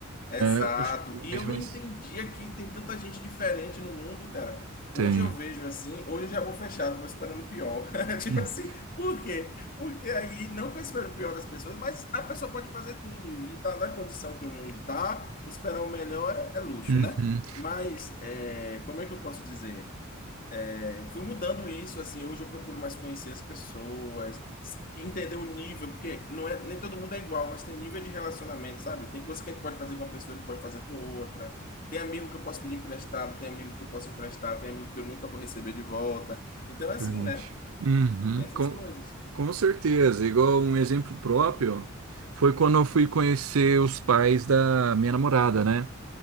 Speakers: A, on the left; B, on the right.
A: Exato.
B: Realmente
A: E eu não
B: mas
A: entendia que tem tanta gente diferente no mundo, cara.
B: tem.
A: Hoje eu vejo assim, hoje eu já vou fechado, vou esperando o pior. <laughs> Tipo
B: Hum.
A: assim, por quê? Porque aí, não que eu espero o pior das pessoas, mas a pessoa pode fazer tudo. E tá na condição que o mundo tá, esperar o melhor é, é luxo,
B: Uhum.
A: né? Mas é, como é que eu posso dizer? Eu fui mudando isso, assim, hoje eu procuro mais conhecer as pessoas, s- entender o nível, porque não é, nem todo mundo é igual, mas tem nível de relacionamento, sabe? Tem coisas que a gente pode fazer com uma pessoa e não pode fazer com outra. Tem amigo que eu posso pedir emprestado, tem amigo que eu posso emprestar, tem amigo que eu nunca vou receber de volta. Então
B: Internet.
A: é assim, né?
B: Uhum.
A: Tem essas
B: Com,
A: coisas.
B: com certeza. Igual um exemplo próprio foi quando eu fui conhecer os pais da minha namorada, né?